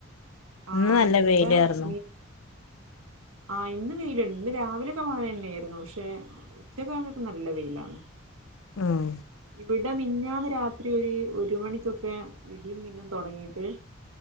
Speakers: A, on the right; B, on the left.
A: ആ
B: ഇന്ന് നല്ല
A: ഇവിടെ
B: വെയിലാർന്നു.
A: മി ആഹ് ഇന്ന് വെയില്ണ്ട്. ഇന്ന് രാവിലൊക്കെ മഴന്നേര്ന്നു. പക്ഷെ ഉച്ചക്കെ ആവുമ്പേക്കും നല്ല വെയിലാണ്.
B: ആഹ്.
A: ഇവടെ മിന്ഞ്ഞാന്ന് രാത്രി ഒര് ഒരു മണിക്കൊക്കെ ഇടിയും മിന്നും തൊടങ്ങിട്ട്.